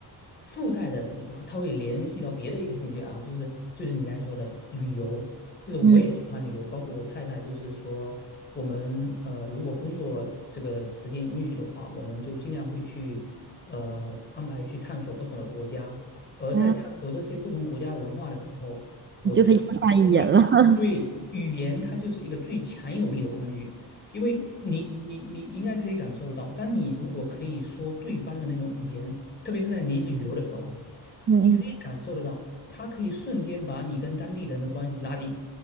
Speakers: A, on the left; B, on the right.
A: 附带的，它会联系到别的一个兴趣爱好，就是就是你刚才说的旅游，就是我也喜欢旅游，
B: 嗯
A: 包括我太太，就是说我们呃，如果工作这个时间允许的话，我们就尽量会去呃安排去探索不同的国家，而在探索这些不同国家文化的时候，
B: 啊，
A: 我觉得
B: 你就可以用上语言了。
A: 语对语言它就是一个最强有力的工具。
B: <laughs>
A: 因为你你你应该可以感受得到，当你如果可以说对方的那种语言，特别是在你旅游的时候啊
B: 嗯嗯，
A: 你可以感受得到，它可以瞬间把你跟当地人的关系拉近。